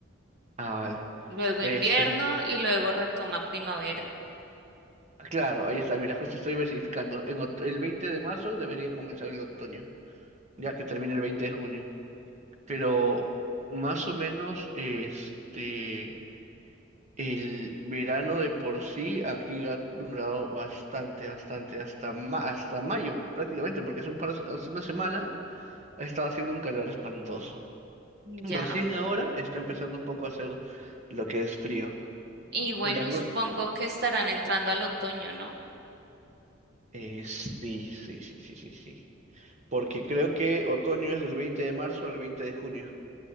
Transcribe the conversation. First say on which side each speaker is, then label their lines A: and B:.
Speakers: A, on the right; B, on the right.
A: Ah, vale.
B: Luego
A: Este,
B: invierno y luego retoma primavera.
A: claro, ahí está, mira, justo estoy verificando. En ot- el 20 de marzo debería comenzar el otoño, ya que termina el 20 de junio. Pero más o menos, este, el verano de por sí aquí ha durado bastante, bastante, hasta, ma- hasta mayo prácticamente, porque hace un par de se- hace una semana ha estado haciendo un calor espantoso.
B: Ya.
A: Recién ahora está empezando un poco a hacer lo que es frío,
B: Y
A: ¿no?
B: bueno,
A: En las noches.
B: supongo que estarán entrando al otoño, ¿no?
A: Eh, sí, sí, sí, sí, sí, sí. Porque creo que otoño es del 20 de marzo al 20 de junio.